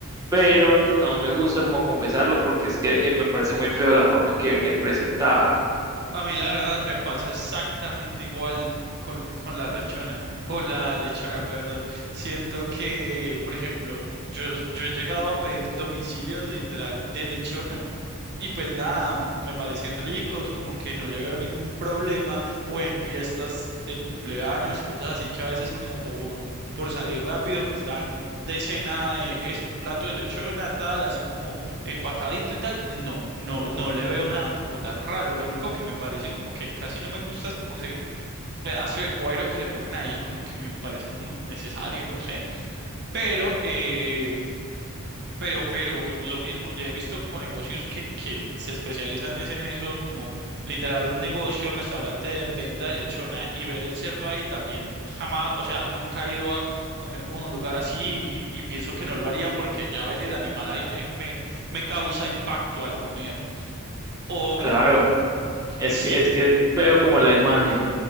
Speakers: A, on the right; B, on the right.
A: pero no me gusta como confesarlo porque es que eh, me parece muy feo la forma en que viene presentada.
B: A mí la verdad me pasa exactamente igual con, con la rechona, con la lechona, perdón. Siento que, por ejemplo, yo, yo he llegado a pedir domicilios literal de lechona. Y pues nada, me parecen ricos, como que no le veo ningún problema, o en fiestas de cumpleaños, cosas así que a veces como por, por salir rápido, pues dan de cena, de- es un plato de lechona, tal, así como empacadito y tal. No, no, no le veo nada como tan raro. Lo único que me parece como que casi no me gusta es como ese pedazo de cuero que le ponen ahí, como que me parece como innecesario, no sé. Pero, eh, pero, pero lo mismo, ya he visto como negocios que, que se especializan es en eso, como literal un negocio, restaurante de venta de lechona y ver el cerdo ahí también jamás, o sea, nunca he ido a comer como a un lugar así y, y pienso que no lo haría porque ya ver el animal ahí me, me, me causa impacto al comer. O
A: Claro,
B: mm,
A: es
B: sí,
A: que es que es feo como la imagen.